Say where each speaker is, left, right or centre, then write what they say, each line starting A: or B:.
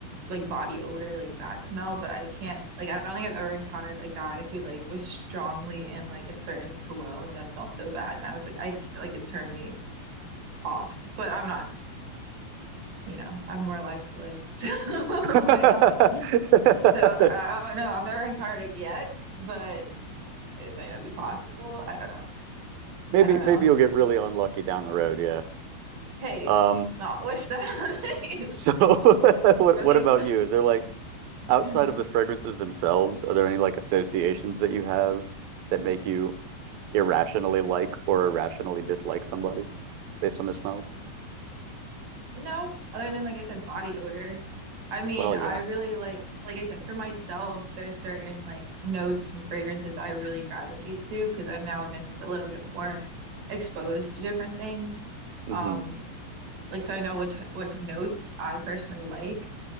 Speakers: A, on the right; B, on the right.
A: like body odor, like bad smell, but I can't like I don't think I've ever encountered a guy who like was strongly in like a certain cologne that smelled so bad and I was like I c- like it turned me off. But I'm not, you know, I have more life to live. <laughs> So
B: <laughs>
A: I don't so I don't know. I've never encountered it yet, but it might not be possible. I don't know.
B: Maybe
A: I don't
B: maybe
A: know.
B: you'll get really unlucky down the road, yeah.
A: Hey,
B: Um
A: it's not wish that on me.
B: so <laughs> what
A: <laughs>
B: what about you? Is there like outside
A: Really.
B: of the fragrances themselves, are there any like associations that you have that make you irrationally like or irrationally dislike somebody based on their smells?
A: No, other than like I said, body odor. I mean,
B: Well,
A: I
B: yeah.
A: really like, like I said, for myself, there's certain like notes and fragrances I really gravitate to because I've now been like a little bit more exposed to different things.
B: hmm
A: Um, like so I know what t what notes I personally like,